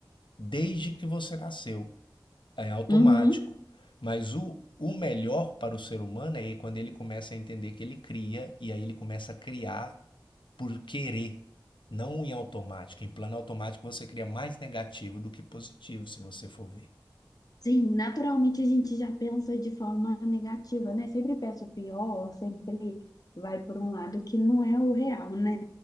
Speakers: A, on the left (about 80°); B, on the left (about 50°).
A: desde que você nasceu, é automático.
B: Uhum.
A: Mas o, o melhor para o ser humano é quando ele começa a entender que ele cria e aí ele começa a criar por querer, não em automático. Em plano automático você cria mais negativo do que positivo, se você for ver.
B: Sim, naturalmente a gente já pensa de forma negativa, né? Sempre pensa o pior, sempre vai por um lado que não é o real, né?